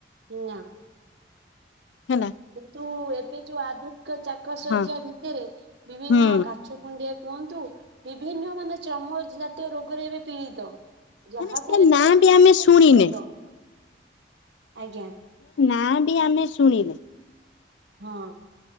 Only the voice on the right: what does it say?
ନା।
କିନ୍ତୁ ଏବେ ଯୋଉ ଆଧୁନିକ ଚାକ ଶଯ୍ୟା
ଭିତେରେ, ବିଭିନ୍ନ
କାଛୁ କୁଣ୍ଡିଆ କୁହନ୍ତୁ, ବିଭିନ୍ନ ମାନେ ଚମ ଜାତୀୟ ରୋଗରେ ଏବେ ପୀଡିତ। ଯାହାକୁ
ବି ଦେଖିବ
କିଛି
କିଛି ରୋଗ। ଆଜ୍ଞା।
ହଁ।